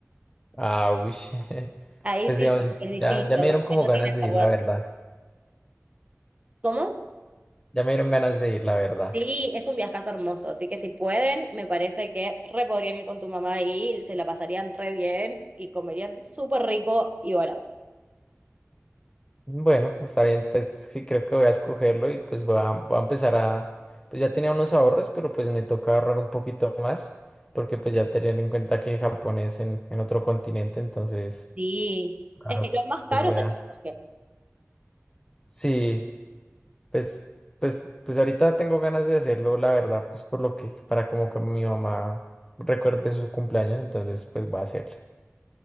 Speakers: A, on the left; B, on the right.
A: Ah, uy. <laughs>
B: Ahí
A: Pues
B: sí
A: digamos,
B: porque es distinto,
A: ya, ya me dieron
B: como
A: como
B: que no
A: ganas
B: tienen
A: de
B: vergüenza.
A: ir, la verdad.
B: ¿Cómo?
A: Ya me dieron ganas de ir, la verdad.
B: Sí, es un viajazo hermoso, así que si pueden, me parece que re podrían ir con tu mamá y se la pasarían re bien y comerían súper rico y barato.
A: Bueno, está bien, pues sí creo que voy a escogerlo y pues voy a, voy a empezar a... Pues ya tenía unos ahorros, pero pues me toca ahorrar un poquito más, porque pues ya tener en cuenta que Japón es en, en otro continente, entonces,
B: Sí,
A: claro,
B: es que lo más caro
A: pues voy
B: es el
A: a...
B: pasaje.
A: Sí, pues, pues, pues ahorita tengo ganas de hacerlo, la verdad, pues por lo que, para como que mi mamá recuerde su cumpleaños, entonces pues va a hacerle.